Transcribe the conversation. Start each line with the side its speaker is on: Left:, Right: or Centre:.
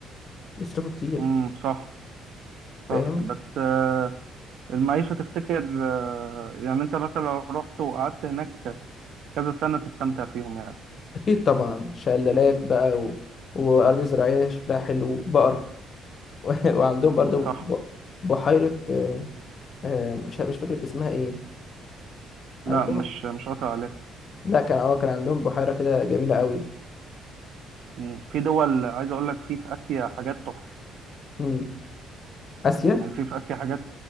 Left: بيصرفوا كتير
Right: امم صح
Left: فاهم
Right: صح بس آه، المعيشة تفتكر آه، يعني انت مثلا لو رحت وقعدت هناك كذا سنة تستمتع فيهم يعني
Left: اكيد طبعا شلالات بقى و... وارض زراعيه شكلها حلو بقر <laughs> و... وعندهم
Right: امم
Left: برضو
Right: صح
Left: ب... بحيره آه، آه، مش مش فاكر كان اسمها ايه عندهم
Right: لا مش مش قاطع عليك
Left: لا كان اه كان عندهم بحيره كده جميله قوي
Right: مم. في دول عايز اقول لك في في اسيا حاجات تحفة
Left: امم اسيا
Right: يعني في في اسيا حاجات